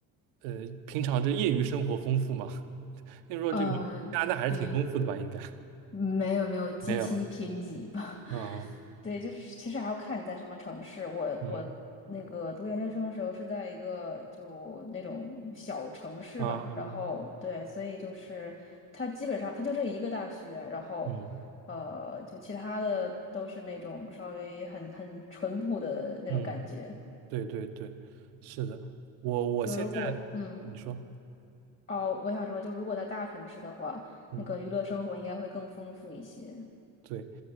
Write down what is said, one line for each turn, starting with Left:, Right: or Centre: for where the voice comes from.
Right: 呃，平常这业余生活丰富吗？<laughs> 听说这个加拿大还是挺丰富的吧？
Left: 呃，对，
Right: 应该
Left: 没有没有极其贫瘠吧。
Right: <laughs> 没有啊，
Left: 对，就是其实还要看你在什么城市。我我那个读研究生的时候是在一个就那种小城市吧，
Right: 嗯啊哦
Left: 然后对，所以就是它基本上它就这一个大学，然后呃，
Right: 嗯
Left: 就其他的都是那种稍微很很淳朴的那种感觉。
Right: 嗯，对对对，是的，我我现在你说
Left: 就如果嗯哦，我想说，就如果在大城市的话，
Right: 嗯。
Left: 那个娱乐生活应该会更丰富一些。
Right: 对。